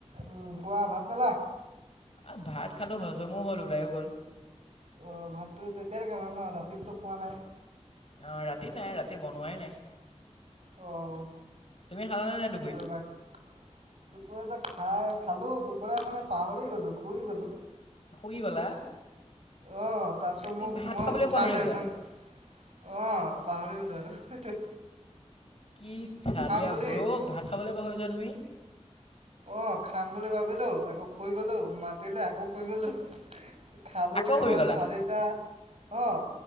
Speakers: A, on the right; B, on the left.
A: উম কোৱা ভাত খালা
B: অ, ভাত খালোঁ, হজমো হ'ল, ওলায়ো গ'ল।
A: অ, ভাতটো তেতিয়াই খালা ন, ৰাতিতো খোৱা নাই?
B: অ, ৰাতি নাই, ৰাতি বনোৱাই নাই।
A: অ'
B: তুমি খালানে <inaudible>
A: আৰু বাক দুপৰীয়াতে খাই খালো, দুপৰীয়া মানে পাহৰি গলো, শুই গলো।
B: শুই গলা?
A: অ', তাৰপিছত
B: তুমি
A: মোক,
B: ভাত
A: মই
B: খাবলৈও
A: উঠালে
B: পাহৰি যোৱা?
A: মন অ, পাহৰি গলো আৰু, এইটো
B: কি চালিয়া
A: বুলি
B: ব্ৰ', ভাত খাবলৈ পাহৰি যোৱা তুমি
A: অ, খাম বুলি ভাবিলো, আকৌ শুই গলো, মাতিলে আকৌ শুই গলো খালো
B: আকৌ
A: তোমাৰ
B: শুই গ'লা
A: চাৰিটা অ